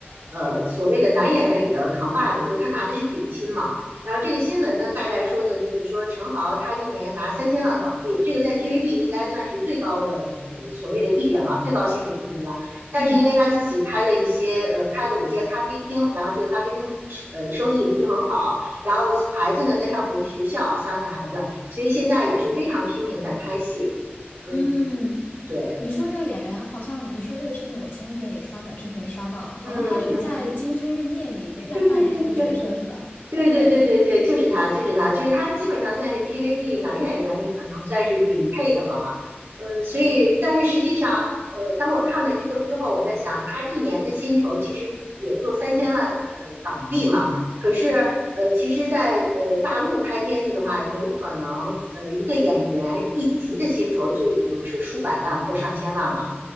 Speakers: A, on the right (about 80°); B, on the left (about 65°).
A: 呃所谓的男演员里的扛把子，就他拿的是顶薪嘛。然后这个新闻呢，大概说的就是说陈豪他一年拿三千万港币，这个在 TVB 应该算是最高的呃所谓的艺人了，最高薪水的艺人了。但是因为他自己开了一些呃开了五间咖啡厅，
B: 嗯
A: 然后这个咖啡厅是呃生意不是很好。然后孩子呢在上国际学校，三个孩子，所以现在也是非常拼命在拍戏。嗯，
B: 嗯，
A: 对，
B: 你说这个演员，好像你说这个事情，我前几天也刷短视频刷到了，好像他是在《金枝欲孽》里扮扮演一个角色，
A: 嗯嗯，哎，对对对对，
B: 是吧？
A: 对对对对对，
B: 啊，对。
A: 就是他，就是他，就是他，基本上算是 TVB 男演员里可能算是顶配的了嘛。嗯，所以，但是实际上，呃，当我看了这个之后，我在想，他一年的薪酬其实也就三千万，呃，港币嘛。可是，呃，其实在，呃大陆拍片子的话，有可能，呃，一个演员一集的薪酬就已经是数百万或上千万了。